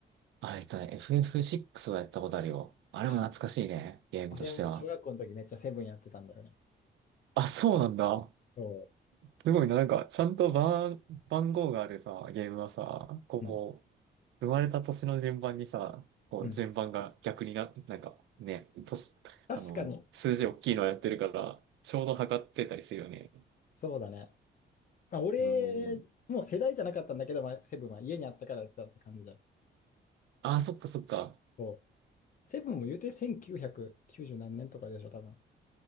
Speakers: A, on the right; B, on the left.
A: あ、えっとね、FF6 はやったことあるよ。あれも懐かしいね。
B: あ、
A: ゲームとしては。
B: 俺は小学校の時めっちゃセブンやってたんだよね。
A: あ、そうなんだ。
B: そ
A: すごいな。なんか、ちゃんと番、番号があるさ、ゲームはさ、こ
B: う。うん。
A: 生まれた年の順番にさ、こう、
B: うん
A: 順番が逆にな、なんかね、年、
B: 確かに、
A: あの、数字大きいのやってるから、ちょうど測ってたりするよね。
B: そうだね。まあ、俺、
A: うん。
B: もう世代じゃなかったんだけど、まあ、セブンは家にあったからやってたって感じだよ。
A: ああ、そっかそっか。
B: そう。セブンも言うて1990何年とかでしょ、多分。